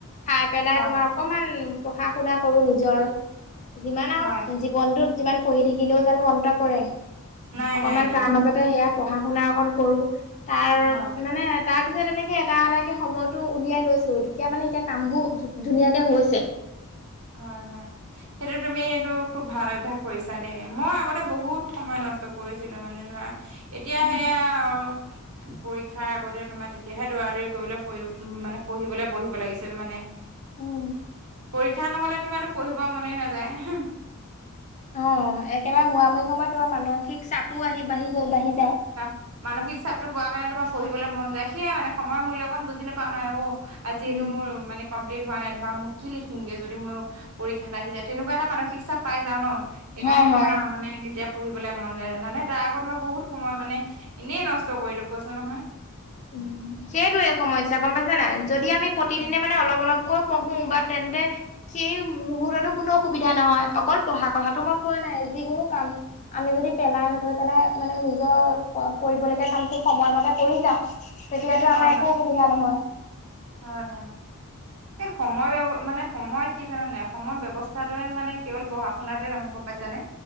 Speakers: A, on the left; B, on the right.
A: খাই পেলাই
B: হয়
A: তোমাৰ অকমান পঢ়া- শুনা কৰো নিজৰ যিমান আৰু
B: হয়
A: জীৱনটোত যিমান পঢ়ি থাকিলেও জানো অন্ত পৰে।
B: নাই
A: অকমান
B: নাই নাই
A: তাৰ মাজতে সেয়া পঢ়া - শুনা অকন কৰো তাৰ
B: হয়
A: মানে তাৰ পিছত এনেকে এটা এটাকে সময়তো উলিয়াই লৈছো তেতিয়া মানে এতিয়া কামবোৰ ধু ধুনীয়াকে হৈছে।
B: হয়, হয়, সেইটো তুমি এইটো খুব ভাল অভ্যাস কৰিছা দেই, মই আগতে বহুত সময় নষ ট কৰিছিলো মানে ধৰা এতিয়া
A: উম
B: সেয়া আৰু পৰীক্ষাৰ আগতে তোমাৰ তেতিয়াহে দৌৰা - দৌৰি কৰিবলৈ পঢ়ি মানে পঢ়িবলৈ বহিব লাগিছিল মানে।
A: ওম।
B: ক্ষা নহ'লে তোমাৰতো পঢ়িব মনেই নাযায় হু।
A: অ', একেবাৰে মুৰামুৰি সময়ত তোমাৰ মানসিক চাপো আহি বাঢ়ি গৈ বাঢ়ি
B: <inaudible>
A: যায়।
B: মানসিক চাপটো পোৱা কাৰণে তোমাৰ পঢ়িবলৈ মন যায় সেয়াই মানে সময় মূল্য অকমান বুজি নাপাও নাই অ', আজি
A: উম।
B: এইটো মোৰ মানে কমপ্লিট হোৱা নাই, ধৰা মোক কি লিখিনগে যদি মোৰ পৰীক্ষাত আহি যায়, তেনেকুৱা এটা মানসিক চাপ পাই যাওঁ ন'! সেইকাৰণে
A: হয় হয়।
B: তোমাৰ মানে তেতিয়া পঢ়িবলৈ মন যায় জানানে? তাৰ আগত মই বহুত সময় মানে, এনেই নষ্ট কৰিলো কৈছো নহয়।
A: উম, সেইটোয়ে সমস্যা গম পাইছা নে নাই? যদি আমি প্ৰতিদিনে
B: উম
A: মানে অলপ অলপ কৈ পঢ়োঁ বা তেন্তে সেই মুহূৰ্তটো কোনো অসুবিধা নহয়, অকল পঢ়া কথাটো মই কোৱা নাই, যিকোনো কাম আমি যদি পেলাই নথৈ পেলাই মানে নিজৰ ক-কৰিবলগীয়া কামটো সময়মতে কৰি যাওঁ, তেতিয়াতো
B: হয়
A: আমাৰ
B: হয়
A: একো অসুবিধা নহয়।
B: হয়, হয়। এই সময় ব্যয়-মানে সময় কি জানানে নাই, সময় ব্যৱস্থাটোৰে মানে কেৱল পঢ়া শুনাতে নহয় গম পাইছানে?